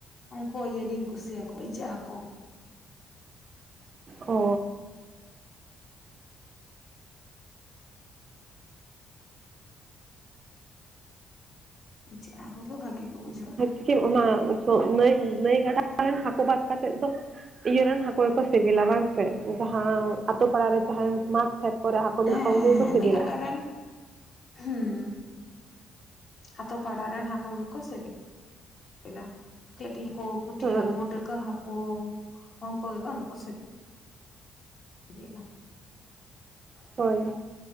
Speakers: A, on the left; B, on the right.
A: ᱩᱱᱠᱩ ᱤᱭᱟᱹᱟᱹᱜᱤᱧ ᱠᱩᱥᱤᱭᱟᱠᱚᱣᱟ ᱤᱪᱟᱹᱜ ᱦᱟᱹᱠᱩ᱾
B: ᱚ
A: ᱤᱪᱟᱹᱜ ᱦᱟᱹᱠᱩ ᱜᱮ ᱵᱷᱟᱹᱜᱤ ᱠᱚ ᱵᱩᱡᱷᱟᱹᱜᱼᱟ᱾
B: ᱤᱪᱟᱹᱜ ᱚᱱᱟ ᱱᱟᱹᱭ ᱱᱟᱹᱭ ᱜᱟᱰᱟ ᱨᱮᱱ ᱦᱟᱹᱠᱩ ᱵᱟᱫᱽ ᱠᱟᱛᱮᱫ ᱫᱚ ᱤᱭᱟᱹᱨᱮᱱ ᱦᱟᱹᱠᱩᱲ ᱜᱮᱠᱚ ᱥᱤᱵᱤᱞᱟ ᱵᱟᱝ ᱥᱮ? ᱡᱟᱦᱟᱸ ᱟᱛᱳ ᱯᱟᱲᱟᱨ ᱨᱮ ᱡᱟᱦᱟᱸᱭᱢ ᱢᱟᱴ ᱠᱷᱮᱛ ᱠᱚᱨᱮ ᱦᱟᱹᱠᱩ
A: ᱦᱮᱸ
B: ᱢᱮᱱᱟᱜ ᱠᱚᱣᱟ ᱩᱱᱠᱩ
A: ᱦᱮᱸ
B: ᱜᱮᱠᱚ ᱥᱤᱵᱤᱞᱟ᱾
A: ᱱᱟᱹᱭ ᱜᱟᱰᱟ ᱨᱮᱱ ᱦᱩᱸ ᱟᱛᱳ ᱯᱟᱲᱟ ᱨᱮᱱ ᱦᱟᱹᱠᱩ ᱜᱮᱠᱚ ᱥᱤᱵᱤᱞᱟ᱾ ᱠᱟᱴᱤᱡ ᱦᱟᱠᱳ ᱯᱩᱴᱷᱤ
B: ᱦᱮᱸ
A: ᱦᱟᱠᱳ ᱰᱟᱹᱲᱠᱟᱹ ᱦᱟᱠᱳ ᱩᱱᱠᱩ ᱜᱮᱠᱚ ᱥᱮ ᱵᱮᱞᱟ᱾
B: ᱦᱳᱭ